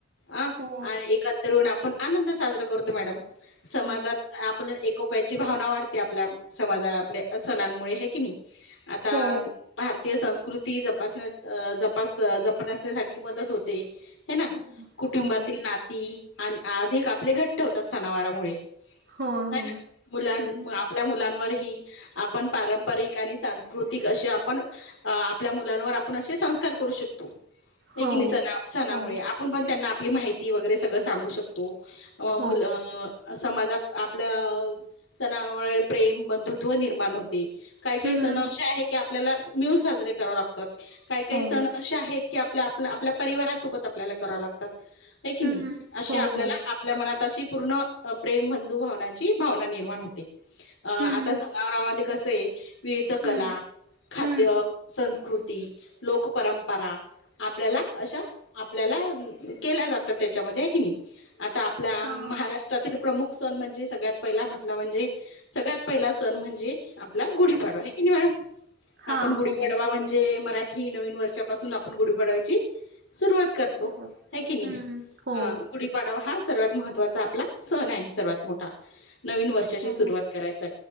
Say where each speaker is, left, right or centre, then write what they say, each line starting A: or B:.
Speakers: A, on the left; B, on the right.
A: अ
B: हो,
A: आणि एकतन आपण आनंद साजरा करतो मॅडम. समाजात
B: हो,
A: आपलं एकोप्याची भावना वाढते आपल्या समाजा- आपल्या सणांमुळे हे की नाही? आता
B: हो,
A: भार ते् संस्कृती जपासण्या जपास जपासण्यासाठी मदत होते हे ना.
B: हो.
A: कुटुंबातील
B: हो,
A: नाती आणि अधिक आपले घट्ट होतात सनावारमुळे.
B: हो,
A: ह
B: हो.
A: ना मुलांम
B: हं.
A: आपण आपल्या मुलांवरही आपण पारंपरिक आणि सांस्कृतिक असे आपण अ आपल्या मुलांवर आपण असे संस्कार करू शकतो. हे
B: हो,
A: की नाही स -सणामुळे
B: हो,
A: आपण पण त्यांना आपली माहिती वगैरे सगळं सांगू शकतो. तो अ
B: हो.
A: मुलं समाजात आपल्या सणामुळे प्रेम बंधुत्व निर्माण होते. काही काही
B: हं.
A: सण असे आहे की आपल्याला मिळून साजरे कराव लागतात. काही काही
B: हो.
A: सण असे आहेत. क आपल्या आप आपल्या परिवारासोबत आपल्याला करावं लागतात हे की
B: हं.
A: नाही असे
B: हो,
A: आपल्याला
B: हो.
A: आपल्या मनात अशी पूर्ण प्रेम बंधू भावनाची भावना निर्माण होते. अं आता
B: हं,
A: सणावरावा मध्ये कसं आहे विविध कला,
B: हं,
A: खाद्य,
B: हं.
A: संस्कृती. लोकपरंपरा आपल्याला अशा आपल्याला केल्या जातात त्याच्यामध्ये हे की नाही आता आपल्या
B: हां,
A: महाराष्ट्र प्रमुख सण म्हणजे सगळ्यात पहिला म्हटला म्हणजे सगळ्यात पहिला सण म्हणजे. गुढीपाडवा
B: हं.
A: की नाही मॅडम
B: हां,
A: आपण गुढीपाडवा
B: हो.
A: म्हणजे मराठी की नवीन वर्षापासून आपण गुढी पाडव्याची सुरुवात करतो.
B: सुरुवात.
A: कि नई
B: हं. हो,
A: हा. गुडी पाडवा हा सर्वात महत्त्वाचा आपला सण आहे सर्वात मोठा नवीन वर्षाची
B: हो.
A: सुरुवात करायचा